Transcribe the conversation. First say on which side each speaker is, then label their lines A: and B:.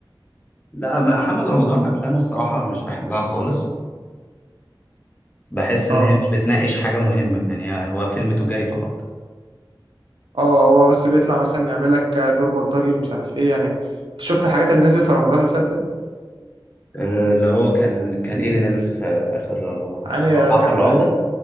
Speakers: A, on the left (about 20°); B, on the right (about 70°).
A: لا ما- محمد رمضان افلامه الصراحه مش بحبها خالص بحس ان
B: اه
A: هي مش بتناقش حاجه مهمه يعني هي- هو فيلم تجاري فقط
B: اه هو بس بيطلع مثلا يعمل لك دور بلطجي ومش عارف ايه يعني انت شفت الحاجات اللي نزلت في رمضان اللي فات ده
A: آه، اللي هو كان كان ايه اللي نازل في اخر رمضان
B: يعني
A: اللي هو
B: كان
A: جعفر العمده